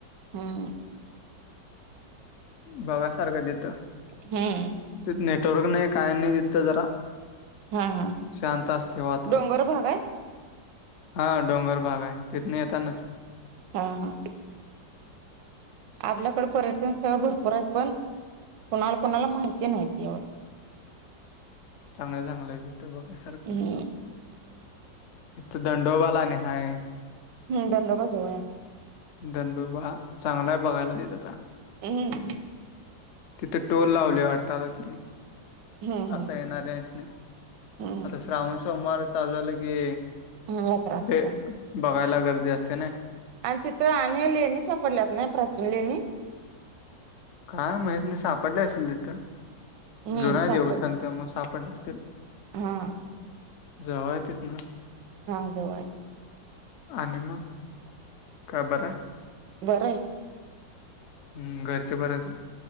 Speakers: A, on the right (about 80°); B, on the left (about 75°).
A: हम्म
B: बघा सारखं देत तिथ
A: हम्म
B: नेटवर्क नाही काय नाही देत जरा
A: हा हा
B: शांत असते वातावरण
A: डोंगर भाग आहे
B: हा डोंगर भाग आहे तिथन येतानाच
A: हा हा. आपल्याकडे पर्यटन स्थळ भरपूर आहेत पण कुणाला कुणाला माहिती नाहीती आहो
B: चांगले चांगलं तिथ बघासारखं
A: हम्म
B: इत दंडोबाला अनि हाय
A: हम्म दंडोबा जवळ हाय
B: दंडोबा चांगलाय बघायला तिथ ता
A: हम्म हम्म.
B: तिथे टोल लावले वाटतात आता त्यांनी.
A: हम्म हम्म
B: आता येणाऱ्यास ही
A: हम्म
B: आता श्रावण सोमवार चालू झालं की
A: हम्म यात्रा असते
B: ते बघायला गर्दी असते नाय
A: आणि तिथं आणि लेणी सापडल्यात नाही प्राचीन लेणी?
B: काय माहित नाही सापडले असेतील तिथं
A: हम्म
B: जुन
A: सापडल्यात
B: देवस्थान त्यामुळे सापडले असतील.
A: हा.
B: जवळ आहे तिथन
A: हा जवळ आहे.
B: आणि मग काय बर आहे.
A: बरं आहे.
B: हम्म घरचे बरे आहेत